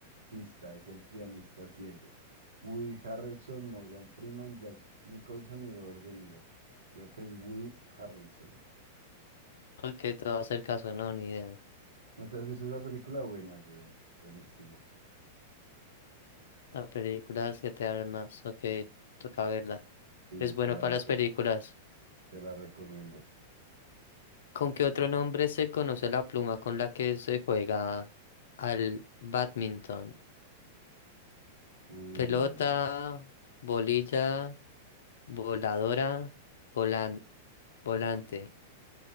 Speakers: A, on the right; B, on the left.
A: Pista, es el pianista ciego. Woody Harrelson, Morgan Freeman, Jack Nicholson y Robert De Niro. Creo que es Woody Harrelson.
B: Ok, te voy a hacer caso, no, ni idea.
A: ¿No te has visto esa película? Buena, weón. Buenísima.
B: La película Siete Almas, ok, toca verla.
A: Sí,
B: Es bueno
A: te la,
B: para
A: reco-
B: las películas.
A: te la recomiendo.
B: ¿Con qué otro nombre se conoce la pluma con la que se juega al badminton?
A: Uy,
B: Pelota,
A: no,
B: bolilla, voladora, volan, volante,